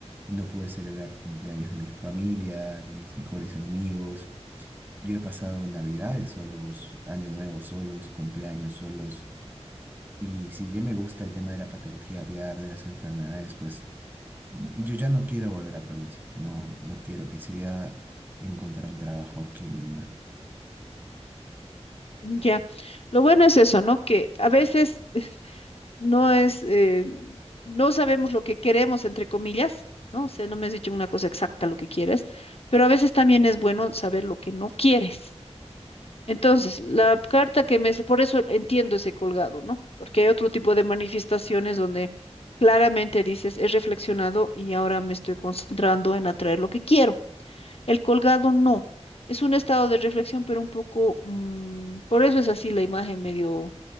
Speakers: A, on the right (about 20°); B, on the left (about 60°).
A: no pude celebrar cumpleaños de mi familia, de mis mejores amigos. Yo he pasado navidades solos, años nuevos solos, cumpleaños solos. Y si bien me gusta el tema de la patología aviar, de las enfermedades, pues mm, yo ya no quiero volver a provincia. No, no quiero que siga encontrar un trabajo aquí en Lima.
B: Ya. Lo bueno es eso, ¿no? Que a veces <laughs> no es, eh, no sabemos lo que queremos, entre comillas, ¿no? O sea, no me has dicho una cosa exacta lo que quieres, pero a veces también es bueno saber lo que no quieres. Entonces, la carta que me... Por eso entiendo ese colgado, ¿no? Porque hay otro tipo de manifestaciones donde claramente dices, he reflexionado y ahora me estoy concentrando en atraer lo que quiero. El colgado no. Es un estado de reflexión, pero un poco... mm, por eso es así la imagen medio